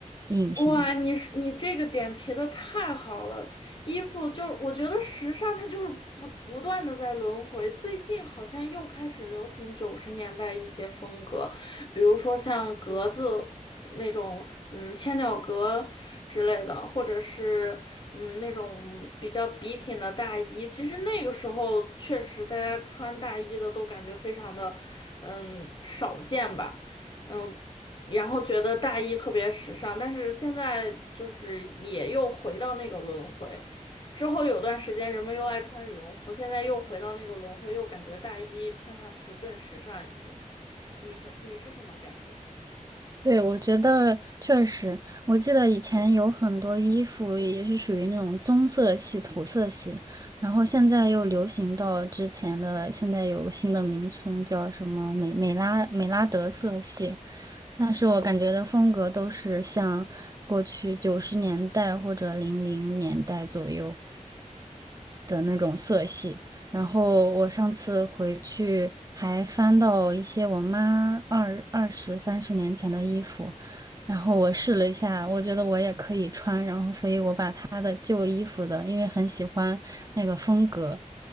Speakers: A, on the right; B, on the left.
A: 印象？
B: 哇，你是你这个点提的太好了，衣服就是我觉得时尚它就是不不断的在轮回，最近好像又开始流行九十年代一些风格，比如说像格子那种，嗯，千鸟格之类的，或者是嗯那种比较笔挺的大衣。其实那个时候确实大家穿大衣的都感觉非常的，嗯，少见吧。嗯，然后觉得大衣特别时尚，但是现在就是也又回到那个轮回。之后有段时间人们又爱穿羽绒服，现在又回到那个轮回，又感觉大衣穿上去更时尚一些。你是你是什么感觉？
A: 对，我觉得确实，我记得以前有很多衣服也是属于那种棕色系、土色系，然后现在又流行到之前的，现在有个新的名称叫什么美美拉美拉德色系。那是我感觉的风格都是像过去九十年代或者零零年代左右的那种色系。然后我上次回去还翻到一些我妈二二十三十年前的衣服，然后我试了一下，我觉得我也可以穿，然后所以我把她的旧衣服的，因为很喜欢那个风格，